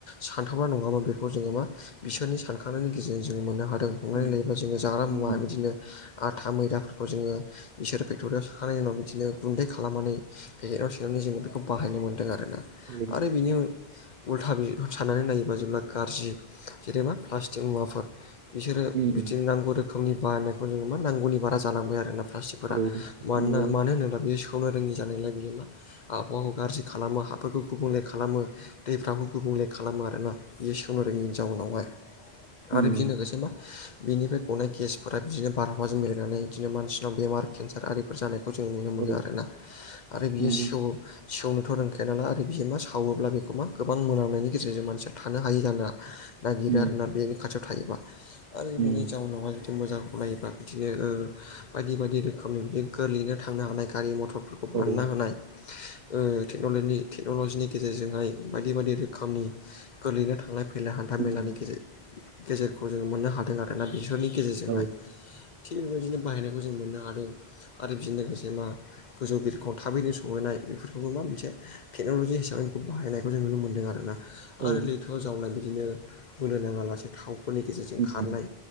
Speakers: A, on the left (about 50°); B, on the right (about 65°).
A: सानथावना नङामोन बेखौ जोङो मा बिसोरनि सानखांनायनि गेजेरजों जोङो मोननो हादों <unintelligible> जोङो
B: उम
A: जाग्रा
B: उम
A: मुवा बिदिनो आथा मैदाफोरखौ जोङो बिसोर फेक्ट'रियाव सोखांनायनायनि उनाव बिदिनो गुन्दै खालामनानै फेकेटाव सोनानै जोङो बेखौ बाहायनो मोन्दों आरोना
B: औ
A: आरो बेनि उल्था बि <unintelligible> साननानै नायोबा जेब्ला गाज्रि जेनेबा प्लास्टिक मुवाफोर बिसोरो
B: उम
A: बिदिनो नांगौ रो खोमनि बाहानायनायखौ जों मा नांगौनि बारा जालांबाय आरोना प्लास्टिकफोरा
B: औ
A: मानोना
B: नंगौ
A: मानो होनोबा बे सेव <unintelligible> नो रोङि जानायलाय बियो मा आबहावाखौ गाज्रि खालामो हाफोरखौ गुबुंले खालामो दैफ्राबो गुबुंले खालामो आरोना बियो सेवनो रोङैनि जाउनावहाय
B: उम
A: आरो बेजों लोगोसे मा बिनिफ्राय गनाय गेसफोरा बिदिनो बारहावाजों मिलायनानै बिदिनो मानसिनाव बेमार केन्सार आरिफोर जानाय खौ जों नुनो मोनो
B: औ
A: आरोना आरो बियो
B: नंगौ
A: सेव सेवनोथ' रोंखाया नालाय आरो बियो मा सा वोब्ला बेखौ मा गोबां मोनामनायनि गेजेरजों मानसिया थानो हायि जोनो नागिरो
B: उम
A: आरोना बेनि खाथियाव थायोबा आरो
B: उम
A: बेनि जाउनाव हाय मोजांखौ नायोबा बिदिनो ओ बायदि बायदि रोखोमनि बिदिनो गोरलैयैनो थांनो हानाय गारि मथरफोर खौ बानायना
B: औ
A: होनाय ओ टेक्न'लजिनि टेक्न'लजिनि गेजेरजोंहाय बायदि बायदि रोखोमनि गोलैनो थांनाय फै मेला हान्था मेलानि
B: उम
A: गेजेर गेजेरखौ जों मोननो हादों आरो ना बिसोरनि गेजेरजोंहाय
B: औ
A: थिग बेबायदिनो बाहायनायखौ जों मोननो हादों आरो बेजों लोगोसे मा गोजौ बिरखं थाबैनो सहैनाय बेफोरखौबो मा मोनसे टेक्न'लजि हिसाबै बेखौ बाहायनाय खौ जों नुनो मोनदों आरोना
B: औ
A: आरो लैथोआव जावनाय बिदिनो बोलो नाङा लासे थावफोरनि गेजेरजों
B: उम
A: खारनाय